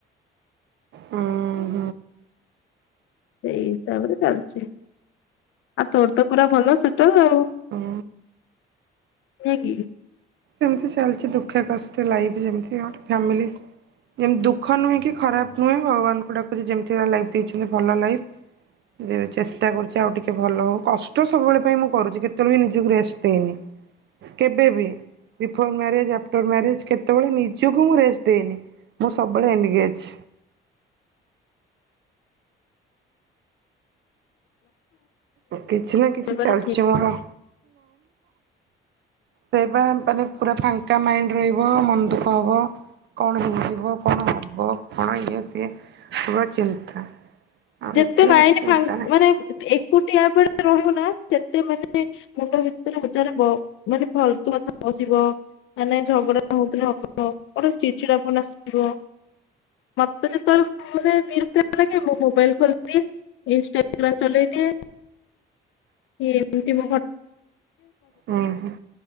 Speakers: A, on the right; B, on the left.
A: ହୁଁ।
B: ସେଇ ହିସାବରେ ଚାଲିଛି। ଆଉ ତୋର ତ ପୁରା ଭଲ ସେଟା ଆଉ ନୁହେ
A: ହୁଁ।
B: କି।
A: ଏମିତି ଚାଲିଛି ଦୁଃଖ କଷ୍ଟେ ଲାଇଫ ଯେମିତି ଗଟେ ଫାମିଲ ଯେମିତି ଦୁଃଖ ନୁହେଁ କି ଖରାପ ନୁହେଁ, ଭଗବାନଙ୍କୁ ଡାକୁଚି ଯେମିତିଆ ଲାଇଫ୍ ଦେଇଛନ୍ତି ଭଲ ଲାଇଫ। ଯ ଚେଷ୍ଟା କରୁଛି ଆଉ ଟିକେ ଭଲ ହଉ କଷ୍ଟ ସବୁବେଳେ ପାଇଁ ମୁଁ କରୁଚି କେତେବେଳେ ବି ନିଜକୁ ରେଷ୍ଟ ଦେଇନି। କେବେ ବି। ବିଫୋର୍ ମ୍ୟାରେଜ ଆଫ୍ଟର ମ୍ୟାରେଜ୍ କେତେବେଳେ ନିଜକୁ ମୁଁ ରେଷ୍ଟ ଦେଇନି ମୁଁ ସବୁବେଳେ ଏନଗେଜ। କିଛି ନା କିଛି
B: ହୁଁ
A: ଚାଲିଛି ମୋର। ସେଇ ବା ମାନେ ପୁରା ଫାଙ୍କା ମାଇଣ୍ଡ ରହିବ ମନ ଦୁଃଖ ହବ। କଣ ହେଇଯିବ କଣ ହବ କଣ ଇଏ ସିଏ ପୁରା ଚିନ୍ତା। ଆଉ
B: ଯେତେ
A: ଏଥିରେ
B: ମାଇଣ୍ଡ
A: କିଛି ଚିନ୍ତା
B: ମା
A: ନାହିଁ।
B: ମାନେ ଏକୁଟିଆ ପରେ ରହିବ। ସେତେ ମାନେ ମୁଣ୍ଡ ଭିତରେ ଉଜନ ର ମାନେ ଫାଲତୁ କଥା ପସିବ। ମାନେ ଝଗଡା ହଉଥିଲେ ହବ। ଗୋଟେ ଚିଚିଡ଼ାପନ ଆସୁଥିବ ମୋତେ ଯେତେବେଳେ ମୁଁ ମାନେ ବିର ସେଥିଲାଗି ମୁଁ ମୋବାଇଲ ଖୋଲିଦିଏ ଇନଷ୍ଟାଗ୍ରାମ ଚଲେଇ ଦିଏ। ଏମିତି
A: ହୁଁ ହୁଁ